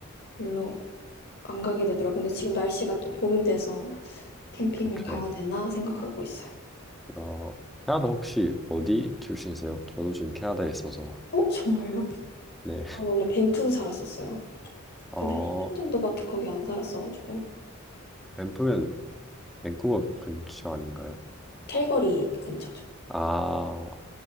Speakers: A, on the left; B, in the centre.
A: 별로 안 가게 되더라고요. 근데 지금 날씨가 또 봄이 돼서 캠핑을
B: 그렇죠.
A: 가야 되나 생각하고 있어요.
B: 어, 캐나다 혹시 어디 출신이세요? 저도 지금 캐나다에 있어서.
A: 어, 정말요?
B: 네.
A: 저 원래 밴프 살았었어요.
B: 어,
A: 근데 한 1년 정도밖에 거기 안 살았어가지고
B: 밴프면 밴쿠버 근처 아닌가요?
A: 캘거리 근처죠.
B: 아,